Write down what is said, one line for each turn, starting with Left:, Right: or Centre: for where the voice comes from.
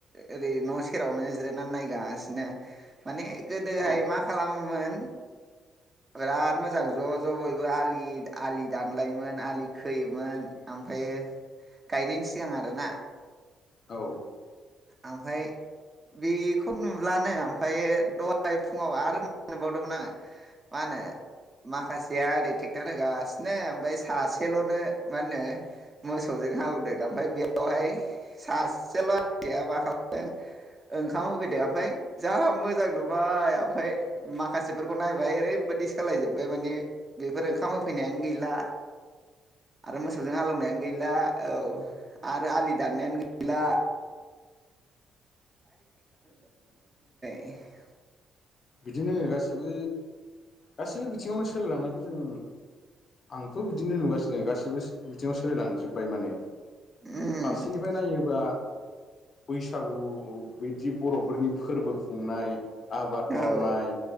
Right: ओरै न' सेरावनो जिरायनानै नायगासिनो माने गोदोहाय
Left: अ
Right: मा खालामोमोन बिराद मोजां ज' ज' बयबो आलि आलि दानलायोमोन आलि खोयोमोन ओमफ्रायो गायनायनि सिगां आरोना
Left: औ
Right: ओमफ्राय बेखौ नुब्लानो ओमफ्रायो दहाय फुङाव आरो नुबावदोंमोन आङो। नो माखासेया ओरै ट्रेक्टार होगासिनो ओमफ्राय सासेल'नो मा होनो मोसौजों जों हालौ <inaudible> <unintelligible> दों ओमफ्राय बेयावहाय सासेल' हया मा खालामदों ओंखाम होफैदो ओमफ्राय जा मोजां नुबाय ओमफ्राय माखासेफोरखौ नायबाय ओरैबाय दि सालाय जोबबाय माने बेफोर ओंखाम होफैनायानो गैला आरो मोसौजों हालौवनायानो गैला औ आरो आलि दाननायानो गैला। <unintelligible>
Left: बिदिनो गासिबबो -गासिबबो बिथिङावनो सोलाय लांनायखौ जों आंथ' बिदिनो नुगासिनो गासैबो बिथिङाव सोलायलांजोबबाय माने।
Right: उम
Left: फारसेनिफ्राय नायोबा बैसागु बिदि बर'फोरनि फोरबो खुंनाय आबाद मावनाय
Right: औ